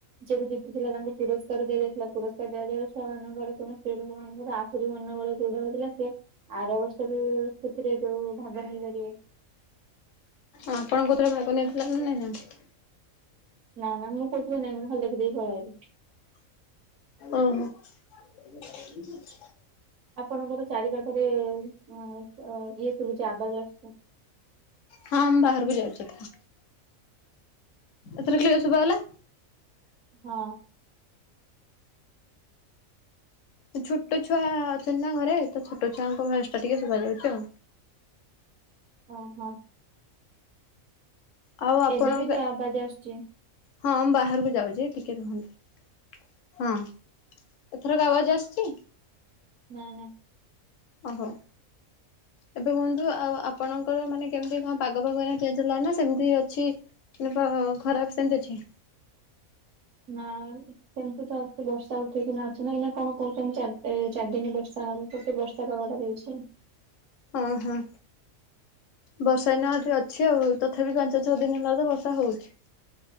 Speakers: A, on the right; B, on the left.
A: ଯଏବି ଜିତିଥିଲା ତାଙ୍କୁ ପୁରସ୍କାର ଦିଆଯାଇଥିଲା, ପୁରସ୍କାର ଦିଆଯିବାରୁ ଛୁଆ ମାନଙ୍କ ଘରେ <unintelligible> ସ୍ତ୍ରୀ ଲୋକ ମାନଙ୍କର ଆହୁରି ମନବଳ ଦୃଢ଼ ହୋଇଥିଲା ସିଏ ଆର ବର୍ଷ ରୁ ସେଥିରେ ଯୋଉ ଭାଗ ନେଇପାରିବେ।
B: ଆପଣ କେଉଥିରେ ଭାଗ ନେଇଥିଲେ ନା ନେଇନାହାନ୍ତି?
A: ନା-ନା ମୁଁ କୋଉଥିରେ ନେଇନି, ମୁଁ ଖାଲି ଦେଖିଦେଇକି ପଳେଇ ଆଇଲି।
B: ଓହୋ। <inaudible>
A: ଆପଣଙ୍କର ଚାରି ପାଖରେ ଅ ଇଏ ସଭୁଛି ଆବାଜ୍ ଆସୁଚି।
B: ହଁ ମୁଁ ବାହାରକୁ ଯାଉଛି <unintelligible> ଏଥର କ୍ଲିୟର୍ ଶୁଭା ଗଲା?
A: ହଁ।
B: ଛୋଟ ଛୁଆ ଅଛନ୍ତି ନା ଘରେ, ତ ଛୋଟ ଛୁଆଙ୍କ ଭାଏସ୍ ଟା ଟିକେ ଶୁଭା ଯାଉଚି ଆଉ।
A: <unintelligible>
B: ଆଉ ଆପଣଙ୍କ,
A: ଏବେ ବି ତ ଆବାଜ ଆସୁଛି
B: ହଁ ମୁଁ ବାହାରକୁ ଯାଉଚି ଟିକେ ରୁହନ୍ତୁ। ହଁ ଏଥରକ ଅୱାଜ୍ ଆସୁଚି।
A: ନା-ନା।
B: ଓହୋ। ଏବେ କୁହନ୍ତୁ ଆଉ ଆପଣଙ୍କର ମାନେ କେମ୍ତି କଣ ପାଗ ଫାଗ ଏଇନା ଚେଞ୍ଜ ହେଲା ନା ସେମ୍ତି ଅଛି? ନା ପ ଖରାମ୍ ସେମ୍ତି ଅଛି।
A: ନାଁ। ସେମ୍ତି ତ ଆସି ବର୍ଷା ଉଠେଇକିନା ଅଛି ନା ଏଇନା କଣ କହୁଛନ୍ତି ଚାରଦିନ୍ ବର୍ଷା ହବ, ତ ସେ ବର୍ଷା ପାଗଟା ଦେଇଛି।
B: ହଁ-ହଁ। ବର୍ଷା ଏଇନା ଏଠି ଅଛି ଆଉ, ତଥାପି ପାଞ୍ଚ ଛଅ ଦିନ ହେଲା ତ ବର୍ଷା ହଉଛି।